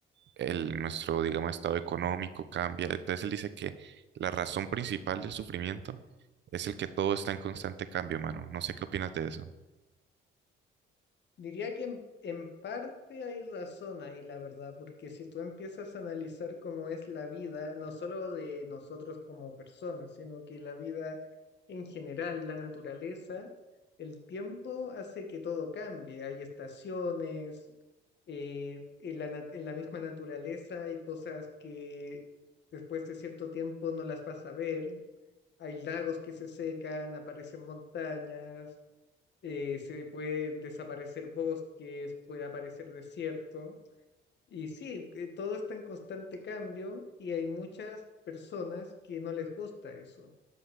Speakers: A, on the right; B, on the left.
A: el, nuestro, digamos, estado económico cambia. Entonces él dice que la razón principal del sufrimiento es el que todo está en constante cambio, mano. No sé qué opinas de eso.
B: Diría que en, en parte hay razón ahí, la verdad, porque si tú empiezas a analizar cómo es la vida, no solo de nosotros como personas, sino que la vida en general, la naturaleza, el tiempo hace que todo cambie. Hay estaciones, eh, en la, nat- en la misma naturaleza hay cosas que después de cierto tiempo no las vas a ver. Hay lagos que se secan, aparecen montañas, eh, se pueden desaparecer bosques, puede aparecer desierto. Y sí, que todo está en constante cambio y hay muchas personas que no les gusta eso,